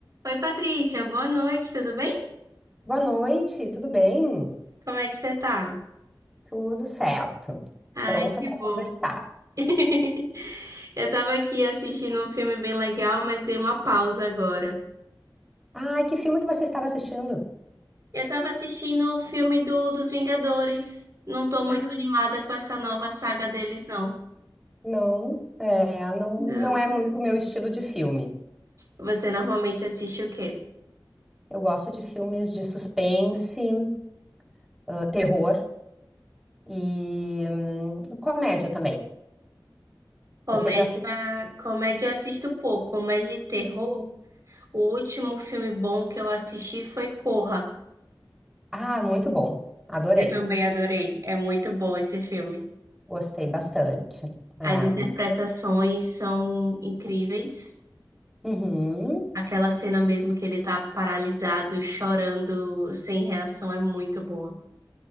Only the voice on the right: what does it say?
Oi, Patrícia, boa noite, tudo bem?
Como é que você tá?
Ai,
que
bom.
<laughs> Eu tava aqui assistindo um filme bem legal, mas dei uma pausa agora.
Eu tava assistindo o filme do, dos Vingadores. Não tô muito
animada com essa nova saga deles, não.
Não.
Você normalmente assiste o quê?
Comédia,
comédia eu assisto pouco, mas de terror, o último filme bom que eu assisti foi Corra.
Eu também adorei. É muito bom esse filme.
As interpretações são incríveis.
Aquela cena mesmo que ele tá paralisado, chorando, sem reação, é muito boa.